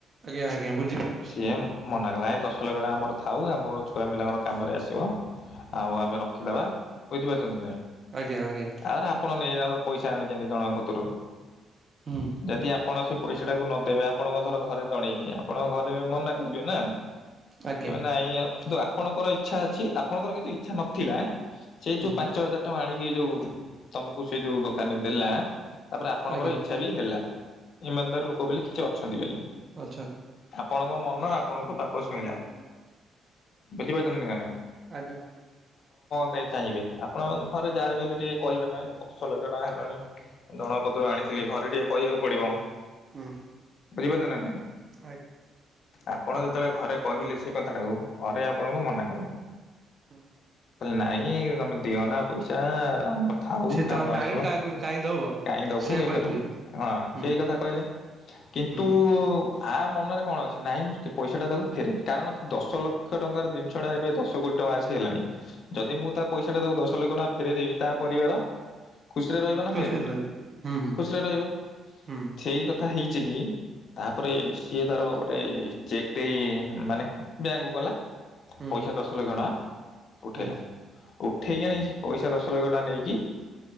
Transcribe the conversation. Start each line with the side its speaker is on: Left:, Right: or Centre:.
Right: ଆଜ୍ଞା ଆଜ୍ଞା ବୁଝିପାରୁଛି
Left: ସିଏ ମନାକଲା। ଦଶ ଲକ୍ଷ ଟଙ୍କା ଆମର ଥାଉ ଆମ ଛୁଆ ପିଲାଙ୍କର କାମରେ ଆସିବ ଆଉ ଆମେ ରଖିଦବା ବୁଝିପାରୁଛନ୍ତି ନା ନାହିଁ।
Right: ଆଜ୍ଞା ଆଜ୍ଞା
Left: ଆରେ ଆପଣ ନେଇଯା ପଇସା ଆଣିଛନ୍ତି ଜଣଙ୍କକତରୁ।
Right: ହୁଁ
Left: ଯଦି ଆପଣ ସେ ପଇସାଟାକୁ ନଦେବେ ଆପଣଙ୍କ ଧର ଘରେ ଜଣେଇବେ ଆ ଆପଣଙ୍କ ଘରେ ମନା କରିବେ ନା।
Right: ଆଜ୍ଞା
Left: ତେବେ ନାଇଁ ଆଉ କିନ୍ତୁ ଆ ଆପଣଙ୍କର ଇଚ୍ଛା ଅଛି ଆପଣଙ୍କର କିନ୍ତୁ ଇଚ୍ଛା ନଥିଲା। ସେଇ
Right: ହୁଁ
Left: ଯୋଉ ପାଞ୍ଚ ହଜାର ଟଙ୍କା ଆଣିି ଇଏ ଯୋଉ ତମକୁ ସେ ଯୋଉ ଦୋକାନୀ ଦେଲା ତାପରେ ଆପଣଙ୍କର
Right: ଆଜ୍ଞା
Left: ଇଚ୍ଛା ବି ହେଲା। ଇମାନ୍ଦାର ଲୋକ ବୋଲି କିଛି ଛନ୍ତିଵଲି
Right: ଅ
Left: ଆପଣଙ୍କ ମନ ନ ଆପଣଙ୍କ ପାପ ଛୁଇଁଲା ବୁଝିପାରୁଛନ୍ତିନ କେନେ।
Right: ଆଜ୍ଞା ହଁ।
Left: ତେ ଚାହିଁବେ ଆପଣ ଘରେ ଯାହାଵି ହେଲେ ଟିକେ କହିବେ ନା ଦଶ ଲକ୍ଷ ଟଙ୍କା ହେଲାଣି ଜଣକତ୍ରୁ ଆଣିଥିଲି ଘରେ ଟିକେ କହିବାକୁ ପଡିବ।
Right: ହୁଁ
Left: ବୁଝିପାରୁଚ ନା ନାହିଁ।
Right: ଆଜ୍ଞା
Left: ଆପଣ ଯେତେବେଳେ ଘରେ କହିଲେ ସେ କଥାଟାକୁ ଘରେ ଆପଣଙ୍କୁ ମନା କଲେ।
Right: ହୁଁ।
Left: କହିଲେ ନାଇଁ ତମେ ଦିଅନା ପଇସା ଆମର ଥାଉ
Right: ସିଏ ତ
Left: କାମ
Right: ଆଉ ନାହିଁ
Left: ଆସିବ
Right: କାହାକୁ କାହିଁ ଦବ
Left: କାଇଁ ଦବୁ
Right: ସେଇଆ
Left: ଇଏ
Right: କହିଥିବେ
Left: କରିବୁ ହଁ
Right: ହୁଁ
Left: ସେଇ କଥା କହିଲେ। କିନ୍ତୁ
Right: ହୁଁ
Left: ଆ ମ ମନରେ କଣ ଅଛି ନାଇଁ ମୁଁ ସେ ପଇସା ଟା ତାକୁ ଫେରାଇବି। କାରଣ ସେ ଦଶ ଲକ୍ଷ ଟଙ୍କାର ଜିନିଷ ଟା ଏବେ ଦଶ କୋଟି ଟଙ୍କା ଆସିକି ହେଲାଣି। ଯଦି ମୁଁ ତା ପଇସା ଟା ତାକୁ ଦଶ ଲକ୍ଷ ଟଙ୍କା ଫେରଇଦେବି ତା ପରିବାର ଖୁସିରେ ରହିବ ନା
Right: ଖୁସିରେ
Left: ରହିବନି।
Right: ରହିବେ। ହୁଁ ହୁଁ
Left: ଖୁସିରେ ରହିବ
Right: ହୁଁ
Left: ସେଇ କଥା ହେଇ <unintelligible> ତାପରେ ସିଏ ତାର ଗୋଟେ ଚେକ୍ ଟେ ମାନେ ବ୍ୟାଙ୍କକୁ ଗଲା।
Right: ହୁଁ
Left: ପଇସା ଦଶ ଲକ୍ଷ ଟଙ୍କା। ଉଠେଇଲା।
Right: ହୁଁ
Left: ଉଠେଇକି ଆଣିକି ସେ ପଇସା ଦଶ ଲକ୍ଷ ଟଙ୍କା ନେଇକି